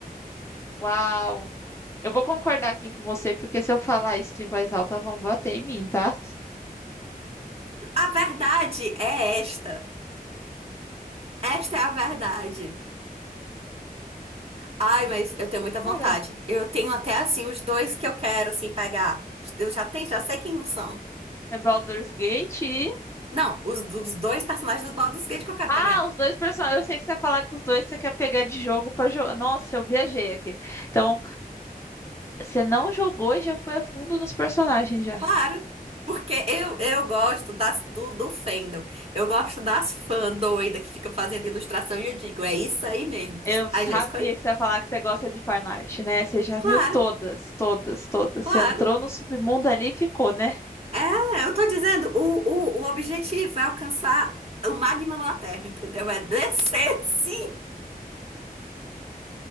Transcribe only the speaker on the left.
Uau. Eu vou concordar aqui com você, porque se eu falar isso em voz alta, vão bater em mim, tá?
Cara,
é Baldur's Gate
Ah,
os dois personagens. Eu sei que você ia falar que os dois você quer pegar de jogo pra jogar. Nossa, eu viajei aqui. Então, você não jogou e já foi a fundo nos personagens já.
Eu
sabia
que você ia falar que você gosta de fanart, né? Você já
viu todas, todas, todas.
Você entrou no submundo ali e ficou, né?